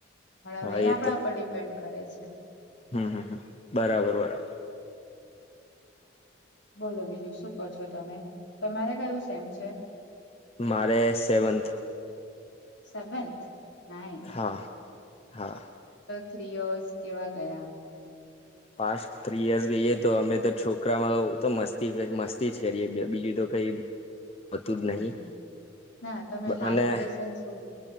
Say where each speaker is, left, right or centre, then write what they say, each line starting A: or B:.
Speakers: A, on the left; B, on the left.
A: પણ હવે
B: હા
A: એ આપણા
B: તો
A: ઉપર ડિપેન્ડ કરે છે.
B: હમ હમ હમ બરાબર બરાબર
A: બોલો બીજું શું કહો છો તમે તમારે કયું સેમ છે
B: મારે સેવન્થ
A: સેવેન્થ નાઈસ
B: હા હા
A: થ્રી અવર્સ કેવા ગયા
B: પાસ્ટ થ્રી યર્સ ગઈએ તો અમે તો છોકરા માંતો મસ્તી મસ્તી જ કરીએ બીજું તો કઈ હોતું
A: હમ
B: જ નહી
A: ના તમે લાઈફ
B: અને
A: લેસન શુ